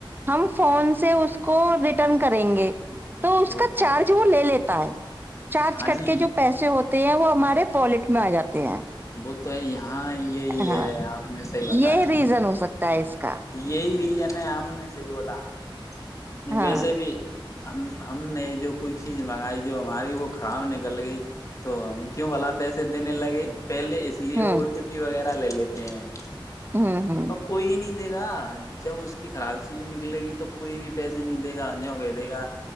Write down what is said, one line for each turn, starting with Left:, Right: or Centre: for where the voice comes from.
Right: ہم فون سے اس کو ریٹرن کریں گے تو اس
Left: وہ
Right: کا چارج
Left: تو ہے
Right: وہ لے لیتا ہے چارج
Left: ہاں
Right: کٹ
Left: جی
Right: کے جو پیسے ہوتے ہیں وہ ہمارے پالٹ میں آ جاتے ہیں
Left: وہ تو ہے یہاں یہی
Right: ہاں
Left: ہے آپ نے صحیح بتایا
Right: یہ ریزن ہو سکتا ہے اس کا
Left: یہی جنے آ ہم نے صحی بولا نو
Right: ہاں
Left: ویسے بھی ہم ہم نے جو کوئی چیز منگائی جو ہماری وہ خراب نکل گئی تو ہم کیوں بلاا پیسے دینے لگے پہلے اس لیے
Right: ہوں
Left: او ٹی پی وغیرہ لے لیتے ہیں
Right: ہوں ہوں
Left: اور کوئی نہیں دے گا جب اس کی خراب چیز نکلے گی تو کوئی بھی ندے گا ان ہو گ دے گا